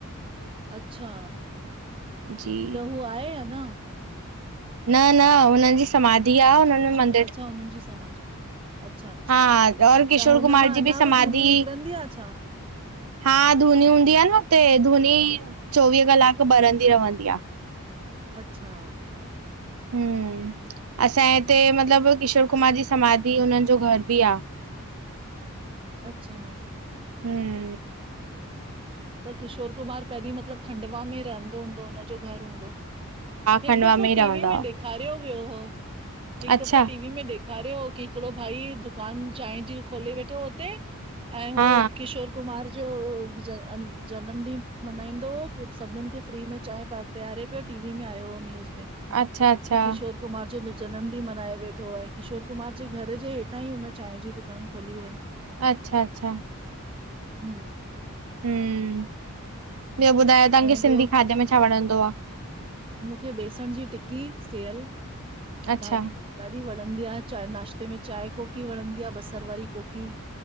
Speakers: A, on the right (about 25°); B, on the right (about 75°).
A: अच्छा
B: जी
A: त हू आहे अंञा?
B: न न हुननि जी समाधी आ, हुननि में मन
A: अच्छा हुननि जी समाज है। अच्छा अच्छा,
B: हा और किशोर
A: त हुन
B: कुमार
A: मां
B: जी
A: अंञा
B: समाधि
A: बि धुनी निकरंदी आ छा?
B: हा धूनी हूंदी आ न हुते, धूनी चोवींह कलाकु बरंदी रहंदी आ।
A: अच्छा
B: हम्म, असांजे हिते मतिलबु किशोर कुमार जी समाधि हुननि जो घर ॿि आ।
A: अच्छा
B: हम्म
A: त किशोर कुमार पहिरीं मतिलबु खंडवा में रहंदो हूंदो, हुनजो घर हूंदो? हिकु
B: खंडवा
A: दफ़ो
B: ई
A: टीवी
B: रहंदा
A: में
B: हुआ
A: ॾेखारियो वियो हो, हिकु
B: अच्छा
A: दफ़ो टीवी में ॾे ॾेखारियो हो कि हिकिड़ो भाई दुकान चांय जी खोले वेठो हो हुते, ऐं हू
B: हा
A: किशोर कुमार जो ॾिस जअ जनम ॾींहुं मनाईंदो हो, सभिनीनि खे फ्री में चांय प पियारे पयो टी-वी में आयो हो न्यूज़ में
B: अच्छा अच्छा
A: कि किशोर कुमार जो जनम ॾींहुं मनाए वेठो, ऐं किशोर कुमार जे घर जे हेठा ई हुन चांय जी दुकान खोली हुअई।
B: अच्छा अच्छा
A: हू
B: हम्म, ॿियो ॿुधाय तव्हांखे
A: ऐं
B: सिंधी
A: ॿियो
B: खाधे में छा वणंदो आ?
A: मूंखे बेसण जी टिकी सेयल
B: अच्छा
A: भा ॾाढी वणंदी आ, चांय नाश्ते में चांय कोकी वणंदी आ बसरु वारी कोकी।